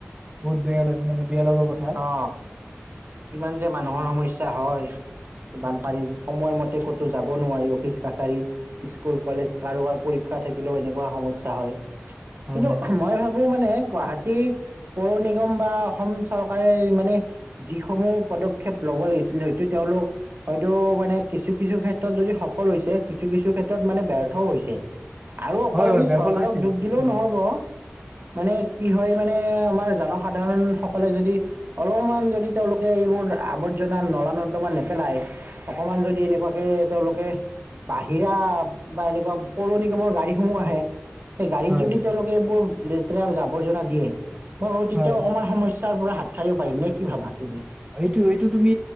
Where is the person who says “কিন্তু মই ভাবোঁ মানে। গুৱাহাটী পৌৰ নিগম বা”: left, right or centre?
Right